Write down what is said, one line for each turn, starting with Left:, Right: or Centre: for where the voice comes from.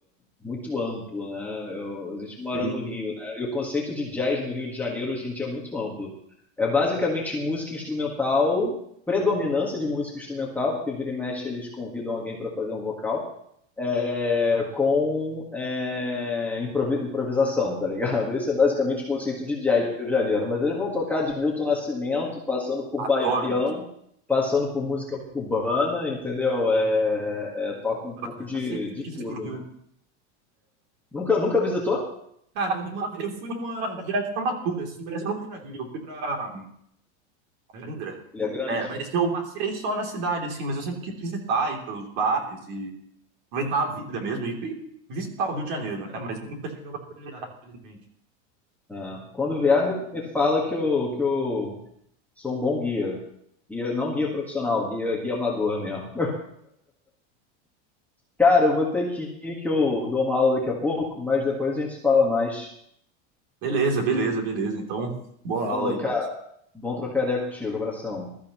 Centre: muito amplo, né? Eu, a gente mora
Right: Sim,
Centre: no Rio, né? E o conceito de jazz no Rio de Janeiro hoje em dia é muito amplo. É basicamente música instrumental, predominância de música instrumental, porque vira e mexe eles convidam alguém para fazer um vocal é, com é, improvisação, tá ligado? Esse é basicamente o conceito de jazz do Rio de Janeiro. Mas eles vão tocar de Milton Nascimento, passando por
Right: Adoro
Centre: Baião,
Right: música.
Centre: passando por música cubana, entendeu? É, é, toca um pouco
Right: Cara,
Centre: de,
Right: sempre quis
Centre: de tudo,
Right: ir pro Rio.
Centre: né? Nunca, nunca visitou?
Right: Cara, uma- eu fui numa viagem de formatura, assim, mas eu não fui pra Rio, eu fui pra Angra.
Centre: Ilha Grande?
Right: É, mas eu passei só na cidade, assim, mas eu sempre quis visitar, ir pelos bares e aproveitar a vida mesmo e e visitar o Rio de Janeiro, né? Mas Eu nunca nunca tive a oportunidade, infelizmente.
Centre: É. Quando vier, me, me fala que eu, que eu sou um bom guia. Guia, não guia profissional, guia, guia amador mesmo. Cara, eu vou ter que ir, que eu dou uma aula daqui a pouco, mas depois a gente se fala mais.
Right: Beleza, beleza, beleza. Então, boa aula
Centre: Falou,
Right: aí
Centre: cara.
Right: pra
Centre: Bom trocar ideia contigo. Abração.